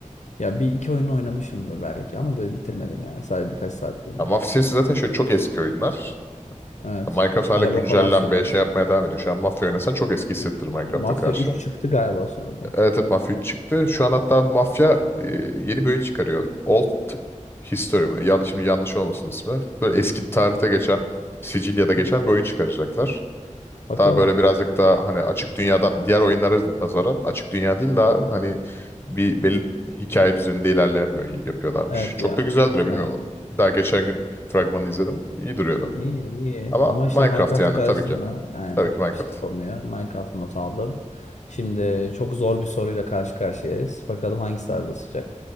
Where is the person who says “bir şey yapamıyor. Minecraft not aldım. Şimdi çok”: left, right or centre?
Left